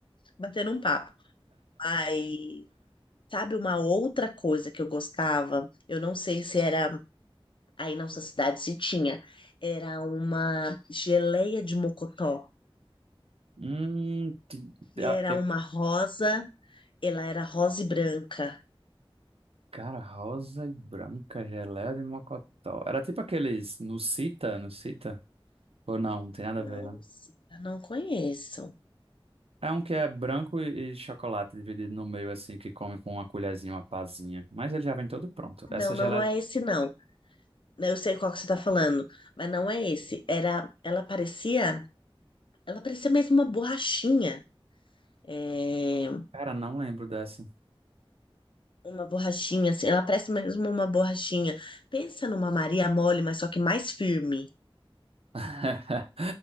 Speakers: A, on the left; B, on the right.
A: batendo um papo. Mas, sabe uma outra coisa que eu gostava? Eu não sei se era aí na nossa cidade se tinha. Era uma geleia de mocotó,
B: Hum, ti-
A: que
B: eu,
A: era uma rosa, ela era rosa e branca.
B: Cara, rosa e branca, geleia de mocotó. Era tipo aqueles Nucita, Nucita? Ou não, não tem nada
A: Não,
B: a ver, né?
A: sim, eu não conheço.
B: É um que é branco e, e chocolate dividido no meio, assim, que come com uma colherzinha, uma pazinha. Mas ele já vem todo pronto.
A: Não,
B: Essa
A: não,
B: geleia.
A: não é esse não. Eu sei qual que você tá falando, mas não é esse. Era, ela parecia, ela parecia mesmo uma borrachinha. É,
B: Cara, não lembro dessa.
A: uma borrachinha, assim, ela parece mesmo uma borrachinha. Pensa numa Maria mole, mas só que mais firme.
B: <laughs>